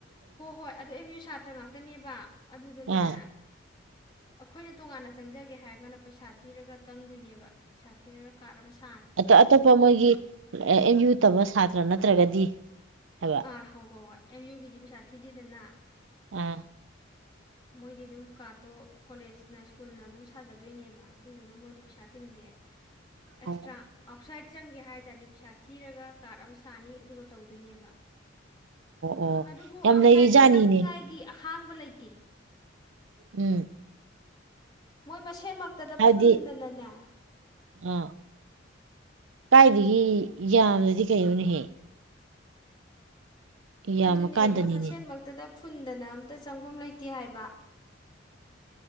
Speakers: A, on the left (about 25°); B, on the right (about 80°).
A: ꯍꯣꯏ ꯍꯣꯏ ꯑꯗꯨ ꯑꯦꯝ ꯌꯨ ꯁꯥꯇ꯭ꯔ ꯉꯥꯛꯇꯅꯦꯕ ꯑꯗꯨꯗꯅꯦ
B: ꯑꯥ
A: ꯑꯩꯈꯣꯏꯅ ꯇꯣꯉꯥꯟꯅ ꯆꯪꯖꯒꯦ ꯍꯥꯏꯔꯒꯥꯟꯅ ꯄꯩꯁꯥ ꯊꯤꯔꯒ ꯆꯪꯗꯣꯏꯅꯦꯕ ꯄꯩꯁꯥ ꯊꯤꯔꯒ ꯀꯥꯔꯠ ꯑꯃ ꯁꯥ
B: ꯑꯇꯣ ꯑꯇꯣꯞꯄ ꯃꯣꯏꯒꯤ ꯑꯦꯝ ꯌꯨ ꯇꯝꯕ ꯁꯥꯠ ꯅ ꯅꯠꯇ꯭ꯔꯒꯗꯤ ꯍꯥꯏꯕ
A: ꯑꯥ ꯍꯣ ꯍꯣꯏ ꯍꯣꯏ ꯑꯦꯝ ꯌꯨꯒꯤꯗꯤ ꯄꯩꯁꯥ ꯊꯤꯗꯦꯗꯅ꯫
B: ꯑꯥ꯫
A: ꯃꯣꯏꯗꯤ ꯑꯗꯨꯝ ꯀꯥꯔꯠꯇꯣ ꯀꯣꯂꯦꯖꯅ ꯁ꯭ꯀꯨꯜꯅ ꯑꯗꯨꯝ ꯁꯥꯖꯗꯣꯏꯅꯦꯕ ꯑꯗꯨꯗꯨꯅ ꯃꯣꯏꯗꯤ ꯄꯩꯁꯥ ꯇꯤꯡꯗꯦ꯫ ꯑꯦꯛꯁꯇ꯭ꯔꯥ
B: ꯑꯣ
A: ꯑꯥꯎꯠꯁꯥꯏꯠ꯫ ꯆꯪꯒꯦ ꯍꯥꯏ ꯇꯥꯔꯗꯤ ꯄꯩꯁꯥ ꯊꯤꯔꯒ ꯀꯥꯔꯠ ꯑꯃ ꯁꯥꯅꯤ ꯑꯗꯨꯒ ꯇꯧꯗꯣꯏꯅꯦꯕ꯫
B: ꯑꯣ
A: ꯑꯗꯨꯕꯨ
B: ꯌꯥꯝ
A: ꯑꯥꯎꯠꯁꯥꯏꯠꯀꯤ
B: ꯂꯩꯔꯤꯖꯥꯠꯅꯤꯅꯦ
A: ꯆꯪꯅꯤꯡꯉꯥꯏꯒꯤ ꯑꯍ ꯍꯥꯡꯕ ꯂꯩꯇꯦ꯫
B: ꯎꯝ꯫
A: ꯃꯣꯏ ꯃꯁ ꯁꯦꯃꯛꯇꯗ
B: ꯍꯥꯏꯕꯗꯤ
A: ꯐꯨꯟꯗꯅꯅꯦ꯫
B: ꯑꯥ ꯀꯥꯏꯗꯒꯤ ꯌꯥꯝꯗꯗꯤ ꯀꯩꯅꯣꯅꯦꯍꯦ꯫ ꯌꯥꯝꯃꯀꯥꯟꯗꯅꯤꯅꯦ
A: ꯑꯗꯨꯅꯦ ꯃꯣꯏ ꯃꯁꯦꯟꯃꯛꯇꯗ ꯐꯨꯟꯗꯅ ꯑꯝꯇ ꯆꯪꯐꯝ ꯂꯩꯇꯦ ꯍꯥꯏꯕ